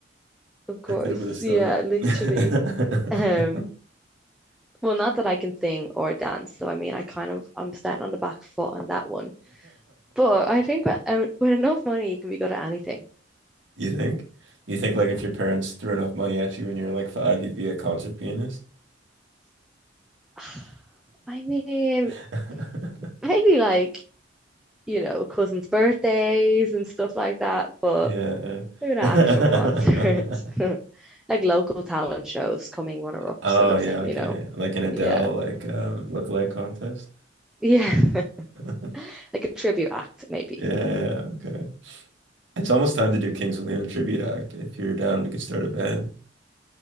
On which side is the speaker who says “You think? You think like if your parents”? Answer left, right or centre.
Right